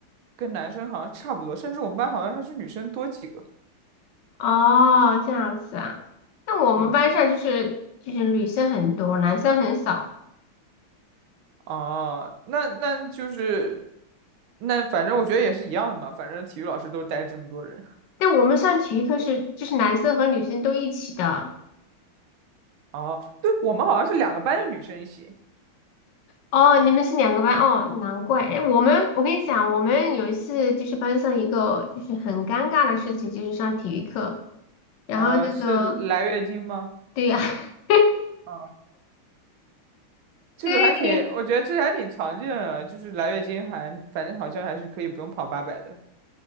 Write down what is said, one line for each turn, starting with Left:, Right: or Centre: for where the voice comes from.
Right: 跟男生好像差不多，甚至我们班好像还是女生多几个。
Left: 哦，这样子啊。那我们班上就是就是女生很多，
Right: 嗯，
Left: 男生很少。
Right: 哦，那那就是那反正我觉得也是一样的嘛，反正体育老师都带这么多人。
Left: 但我们上体育课是就是男生和女生都一起的。
Right: 哦，对，我们好像是两个班的女生一起，
Left: 哦，你们是两个班哦，难怪。哎，我们我跟你讲，我们有一次就是班上一个就是很尴尬的事情，就是上体育课，然后那个
Right: 呃，是来月经吗？
Left: 对呀、<laughs>
Right: 嗯这个还挺，
Left: 对，
Right: 我觉得这还挺常见的，就是来月经还反正好像还是可以不用跑八百的。